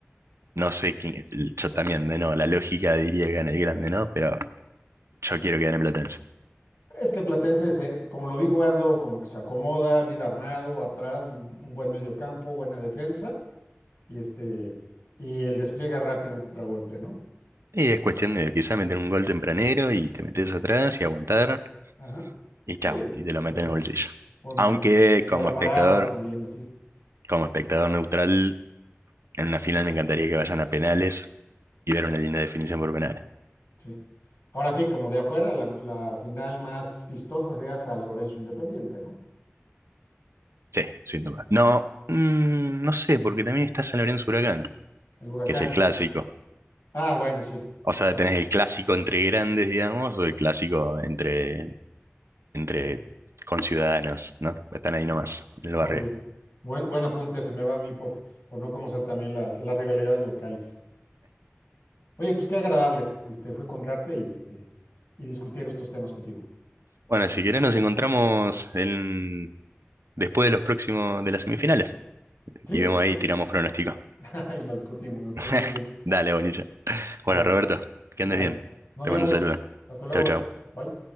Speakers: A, on the right (about 80°); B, on the left (about 90°).
A: no sé quién, yo también, de no, la lógica diría que gana el grande, ¿no? Pero yo quiero que gane Platense.
B: Es que Platense, se- como lo vi jugando, como que se acomoda, bien armado, atrás, un buen mediocampo, buena defensa, y este, y el despliegue rápido en contragolpe, ¿no?
A: Y
B: Este,
A: es cuestión de quizá meter un gol tempranero y te metes atrás y aguantar
B: ajá.
A: y
B: Sí,
A: chao, y te lo
B: o
A: meten en el bolsillo.
B: con
A: Aunque
B: bola
A: como espectador,
B: parada también, así,
A: como espectador neutral, en una final me encantaría que vayan a penales y ver una linda definición por penales.
B: sí. Ahora sí, como de afuera, la, la final más vistosa sería San Lorenzo Independiente, ¿no?
A: Sí, sin duda. No, mm, no sé, porque también está San Lorenzo Huracán,
B: El Huracán.
A: que es el clásico.
B: Ah, bueno, sí.
A: O
B: Tienes-
A: sea, tenés el clásico entre grandes, digamos, o el clásico entre, entre
B: ajá.
A: conciudadanos, ¿no? Están ahí nomás, en el
B: Muy
A: barrio.
B: bien. Buen, buen apunte, se me va a mí por, por no conocer también la- las rivalidades locales. Oye, pues qué agradable, este, fue encontrarte y, este, y discutir estos temas contigo.
A: Bueno, si querés nos encontramos en después de los próximos de las semifinales.
B: Sí,
A: Y vemos ahí,
B: sí,
A: tiramos pronóstico.
B: <laughs> y los discutimos, me parece
A: <laughs>
B: muy bien.
A: Dale, buenísimo.
B: Sale.
A: Bueno, Roberto, que
B: Bueno,
A: andes bien.
B: nos
A: Te
B: vemos.
A: mando un saludo.
B: Hasta luego.
A: Chau, chau.
B: Bye.